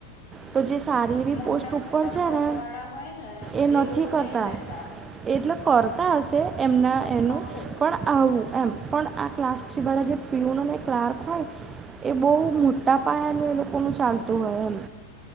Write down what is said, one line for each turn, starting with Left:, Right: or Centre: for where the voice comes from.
Right: તો જે સારી એવી
Left: મોટા
Right: પોસ્ટ
Left: મોટા
Right: ઉપર
Left: પદ
Right: છે ને,
Left: વાળા હોય ને
Right: એ નથી
Left: લોકો નહી
Right: કરતા.
Left: લેતા
Right: એટલે કરતા હશે એમના એનું,
Left: અમુક
Right: પણ આવું એમ પણ આ ક્લાસ થી વાળા જે પ્યુન અને ક્લાર્ક હોય. એ બહુ મોટા પાયાનું એ લોકોનું ચાલતું હોય એમ.